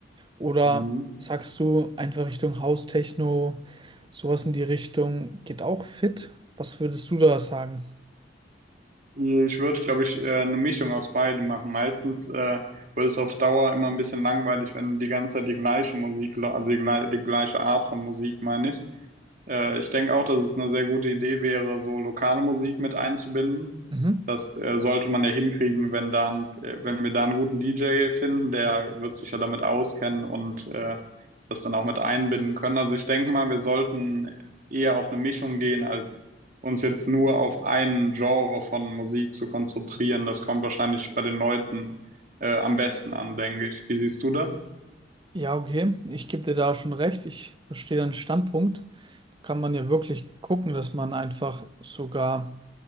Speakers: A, on the right; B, on the right.
A: Oder
B: Mhm.
A: sagst du einfach Richtung House-Techno, sowas in die Richtung geht auch fit? Was würdest du da sagen?
B: Ich würde, glaube ich, äh, eine Mischung aus beidem machen. Meistens äh, wird es auf Dauer immer ein bisschen langweilig, wenn du die ganze Zeit die gleiche Musik, lä- also die, glei- die gleiche Art von Musik, meine ich. Äh, ich denke auch, dass es eine sehr gute Idee wäre, so lokale Musik mit einzubinden.
A: Mhm.
B: Das äh, sollte man ja hinkriegen, wenn dann, äh, wenn wir da einen guten DJ finden, der wird sich ja damit auskennen und äh, das dann auch mit einbinden können. Also ich denke mal, wir sollten eher auf eine Mischung gehen, als uns jetzt nur auf einen Genre von Musik zu konzentrieren. Das kommt wahrscheinlich bei den Leuten äh, am besten an, denke ich. Wie siehst du das?
A: Ja, okay, ich gebe dir da schon recht. Ich verstehe deinen Standpunkt. Kann man ja wirklich gucken, dass man einfach sogar